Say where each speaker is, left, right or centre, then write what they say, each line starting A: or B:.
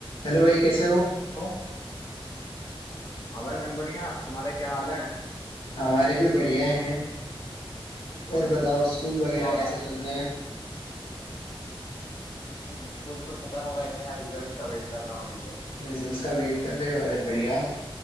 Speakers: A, on the left; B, on the left.
A: Hello भाई कैसे हो
B: तो हाँ भाई मैं बढ़िया तुम्हारे क्या हाल है
A: हमारे भी बढ़िया हैं और बताओ स्कूल वगैरह
B: क्या हो रहा
A: कैसे
B: है आज
A: चल रहे हैं
B: हम्म, स्कूल तो खत्म हो गए ना यार रिजल्ट्स का वेट कर रहा हूँ अभी तो
A: रिजल्ट्स का वेट कर रहे हो अरे बढ़िया